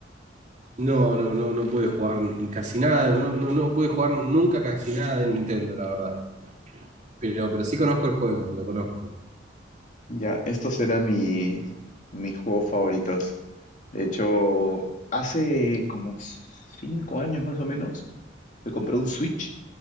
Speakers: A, on the right; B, on the left.
A: No, no, no, no pude jugar casi nada, no, no, no pude jugar nunca casi nada de Nintendo, la verdad. Pero, pero sí conozco el juego, lo conozco.
B: Ya, estos eran mi- mis juegos favoritos. De hecho, hace como cinco años más o menos, me compré un Switch